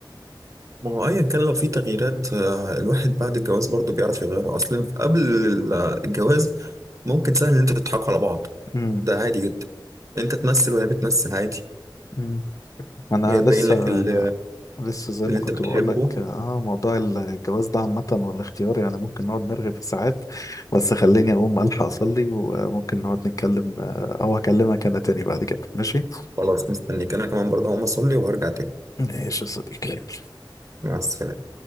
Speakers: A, on the right; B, on the left.
A: ما هو ايا كان لو في تغييرات آه، الواحد بعد الجواز برضه بيعرف يغيرها اصلا قبل ال- الجواز ممكن سهل ان انتوا تضحكوا على بعض
B: امم
A: ده عادي جدا انت تمثل وهي بتمثل عادي
B: أمم. انا
A: هي
B: لسه
A: تبين لك ال-
B: لسه زي
A: اللي
B: ما كنت
A: انت بتحبه
B: بقول لك اه موضوع الجواز ده عامه والاختيار يعني ممكن نقعد نرغي فيه ساعات بس خليني اقوم الحق اصلي وممكن نقعد نتكلم آه، او اكلمك انا تاني بعد كده ماشي
A: خلاص مستنيك انا كمان برضه هقوم اصلي وهرجع تاني
B: ماشي يا صديقي يلا.
A: مع السلامة